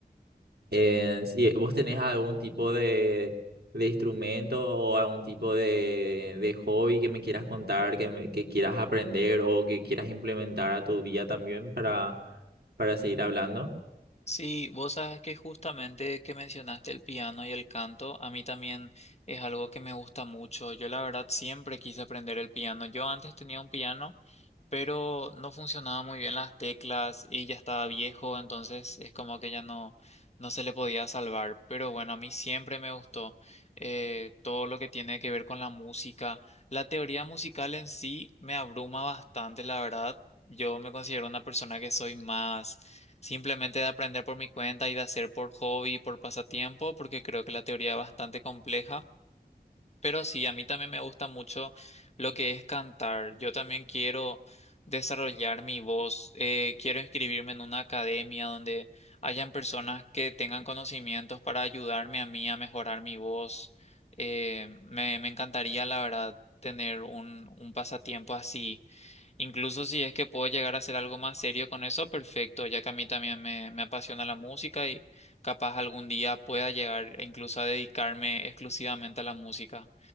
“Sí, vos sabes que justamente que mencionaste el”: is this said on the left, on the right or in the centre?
Left